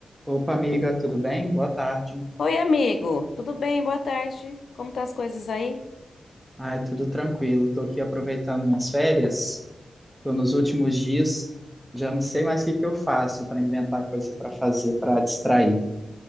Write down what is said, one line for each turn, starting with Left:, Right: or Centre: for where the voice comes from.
Centre: Opa, amiga, tudo bem? Boa tarde.
Left: Oi, amigo. Tudo bem? Boa tarde. Como tá as coisas aí?
Centre: Ai, tudo tranquilo. Tô aqui aproveitando minhas férias. Tô nos últimos dias. Já não sei mais o que que eu faço para inventar coisa para fazer, para distrair.